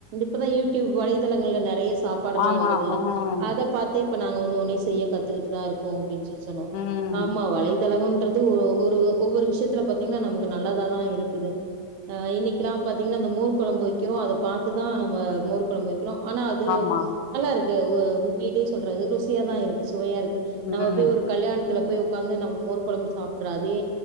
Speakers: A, on the right (about 60°); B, on the left (about 80°).
A: இப்பதா யூடியூப் வலைதளங்கள்ல நெறைய சாப் பாடுலா
B: ஆமா
A: வருதுல்ல
B: ம்
A: அத பாத் தே இப்ப நாங்க ஒன்னு ஒனே செய்ய கத்துக்கிட்டு தான் இருக்கும் அப்டின்னு சொல்லி சொன்னோம்
B: ம்
A: ஆமா வலைதளகம் றது ஒவ் ஒரு ஒவ்வொரு விஷயத்துல பாத்தீங்கனா நமக்கு நல்லதாதா இருக்குது அ இன்னிக்குல்லா பாத்தீங்கனா அந்த மோர் கொழம்பு வைக்கிறோம் அத பாத்துதான் நம்ம மோர் கொழம்பு வை க்கிறோம் ஆனா அது
B: ஆமா
A: நல்லா இருக்கு அ உண்மிலே சொல்றா ருசியா தா இருக்கு சுவையா இருக் க்கு நம்ப
B: ம்
A: போய் ஒரு கல்யாணத்துல போய் உக்காந்து நம்ம மோர் கொழம்பு சாப்பிடுற அதே